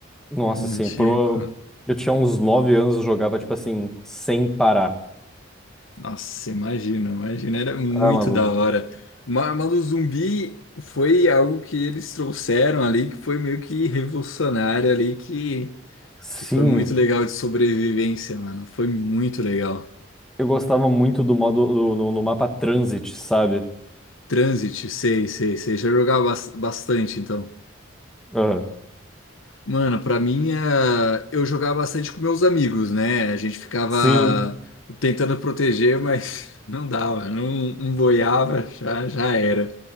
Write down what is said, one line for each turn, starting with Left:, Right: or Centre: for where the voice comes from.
Centre: Nossa,
Left: Não
Centre: assim,
Left: tinha.
Centre: pro...
Left: co-
Centre: eu tinha uns 9 anos, eu jogava tipo assim, sem parar.
Left: Nossa, imagina, imagina, era muito
Centre: Ah, maluco.
Left: da hora. Ma- Mas o zumbi foi algo que eles trouxeram ali, que foi meio que revolucionário ali, que,
Centre: Sim,
Left: que foi muito legal de sobrevivência, mano. Foi muito legal.
Centre: eu gostava muito do modo do- no, no mapa Transit, sabe?
Left: Transit, sei, sei, sei. Já jogava bas- bastante, então.
Centre: Aham.
Left: Mano, pra mim, eh, eu jogava bastante com meus amigos, né? A gente ficava
Centre: Sim,
Left: tentando proteger, mas <laughs> não dava, não, não boiava, já, já era.